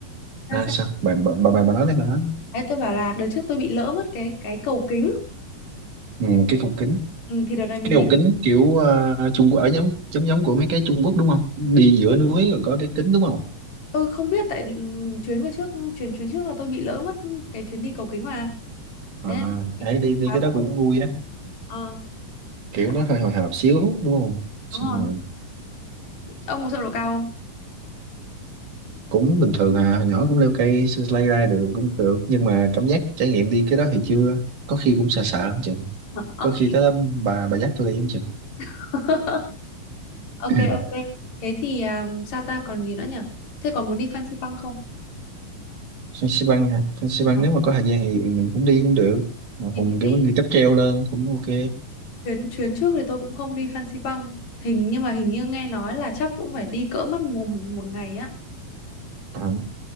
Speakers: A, on the left; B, on the right.
A: ra
B: à
A: sao
B: sao bà bà bà, bà bà nói đấy bà nói
A: đấy tôi bảo là đợt trước tôi bị lỡ mất cái cái cầu kính
B: ừ, cái cầu kính
A: ừ, thì đợt này mình
B: cái
A: đi
B: cầu kính kiểu à, Trung Quốc ở giống giống giống của mấy cái Trung Quốc đúng không đi giữa núi rồi có cái kính đúng không
A: tôi không biết tại ừm, chuyến vừa trước chuyến chuyến trước là tôi bị lỡ mất cái chuyến đi cầu kính mà
B: à,
A: thế là mình
B: đấy
A: sẽ
B: đi đi
A: khóa
B: cái đó
A: cùng
B: cũng vui á
A: ờ
B: kiểu
A: đó,
B: nó hơi hồi hộp xíu đúng không xong
A: đúng rồi
B: rồi
A: ông có sợ độ cao không
B: cũng bình thường à hồi nhỏ cũng leo cây sơ lay ra được cũng được nhưng mà cảm giác trải nghiệm đi cái đó thì chưa có khi cũng sợ sợ không chừng
A: Ờ, ok
B: có khi tới đó bà bà dắt tôi đi không chừng
A: <laughs> ok
B: <clears throat>
A: ok thế thì um, sao ta còn gì nữa nhở thế còn muốn đi Fansipan không
B: Phan Xi Păng hả Phan Xi Păng
A: Ờ,
B: nếu mà có thời gian thì mình cũng đi cũng được mà
A: thì
B: mình
A: mình
B: kiểu
A: đi
B: mình đi cáp treo lên cũng ok
A: chuyến chuyến trước thì tôi cũng không đi Fansipan hình nhưng mà hình như nghe nói là chắc cũng phải đi cỡ mất một, một ngày á
B: Ờ,